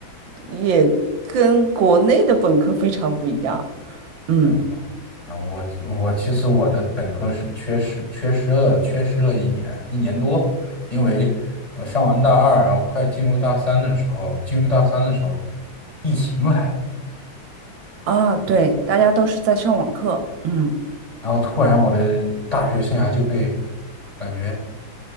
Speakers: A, on the right; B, on the left.
A: 也跟国内的本科非常不一样，嗯
B: 嗯。啊，我我其实我的本科是缺失缺失了缺失了一年一年多，因为我上完大二，然后快进入大三的时候，进入大三的时候，疫情来了，
A: 啊，对，大家都是在上网课，嗯。
B: 然后突然我的大学生涯就被感觉